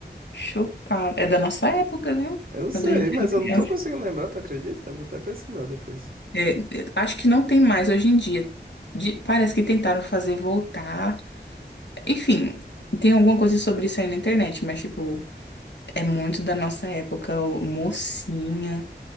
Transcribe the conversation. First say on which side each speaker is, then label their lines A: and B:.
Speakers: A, on the left; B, on the right.
A: Chocada. É da nossa época, viu?
B: Eu sei,
A: Quando a gente
B: mas
A: era criança.
B: eu não tô conseguindo lembrar, tu acredita? Eu vou até pesquisar depois.
A: É, é, acho que não tem mais hoje em dia. De- parece que tentaram fazer voltar. Enfim, tem alguma coisa sobre isso aí na internet, mas, tipo, é muito da nossa época, o- mocinha,